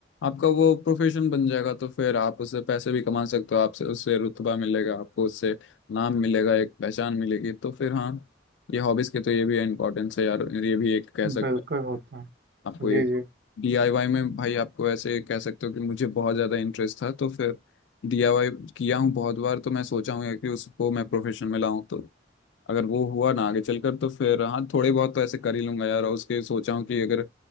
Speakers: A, on the left; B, on the right.
A: आपका वो प्रोफेशन बन जाएगा तो फिर आप उससे पैसे भी कमा सकते हो आपसे उससे रुतबा मिलेगा आपको उससे नाम मिलेगा एक पहचान मिलेगी तो फिर हाँ ये हॉबीज के तो ये भी इम्पोर्टेंस है यार ये भी एक कह सकते
B: बिल्कुल
A: हैं
B: होता है
A: आपको
B: जी
A: ये
B: जी
A: डीआईवाई में भाई आपको ऐसे कह सकते हो कि मुझे बहुत ज़्यादा इंटरेस्ट था तो फिर डीआईवाई किया हूँ बहुत बार तो मैं सोचा हूँ कि उसको मैं प्रोफेशन में लाऊं तो अगर वो हुआ ना आगे चलकर तो फिर हाँ थोड़े बहुत तो ऐसे कर ही लूंगा यार और उसके सोचा हूँ कि अगर